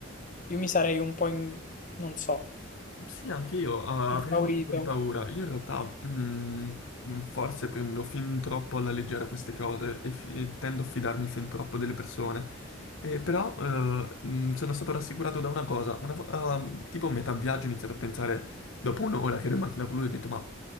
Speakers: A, on the left; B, on the left.
A: io mi sarei un po' in, non so,
B: Sì, anche io ah,
A: impaurito.
B: avrei avuto un po' di paura. Io in realtà mm, mm, forse prendo fin troppo alla leggera queste cose e, fi- e tendo a fidarmi fin troppo delle persone. E però eh, mm, sono stato rassicurato da una cosa. Una vo- ah, tipo a metà viaggio ho iniziato a pensare, dopo un'ora che ero in macchina con lui, ho detto, ma